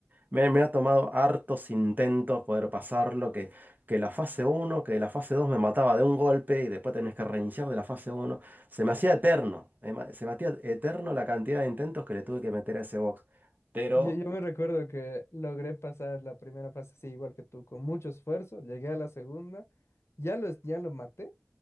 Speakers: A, on the right; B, on the left.
A: me, me ha tomado hartos intentos poder pasarlo, que, que la fase uno, que la fase 2 me mataba de un golpe y después tenés que reiniciar de la fase uno, Se me hacía eterno, eh, ma- se me hacía eterno la cantidad de intentos que le tuve que meter a ese box. Pero,
B: Yo, yo me recuerdo que logré pasar la primera fase así igual que tú, con mucho esfuerzo, llegué a la segunda, ya lo, ya lo maté